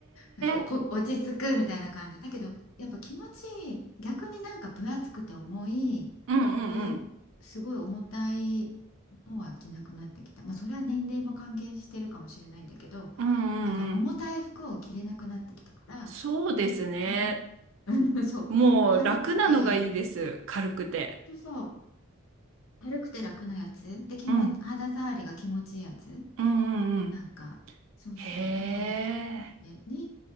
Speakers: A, on the left (about 70°); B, on the right (about 60°).
A: なんかおこ落ち着くみたいな感じだけどやっぱ気持ちいい逆になんか分厚くて重い
B: え、うんうんうん。
A: うすごい重たいのは着なくなってきたまあそれは年齢も関係してるかもしれないんだけど
B: うんうんうん。
A: なんか重たい服を着れなくなってきたから
B: そうですね。
A: 軽 <laughs> そう軽くて
B: もう楽なのがいいです。軽くて。
A: そうそう軽くて楽なやつで気も肌触りが気持ちいいやつ
B: うん、うんうんうん。
A: なんかそうそうだから
B: へえ、
A: ねに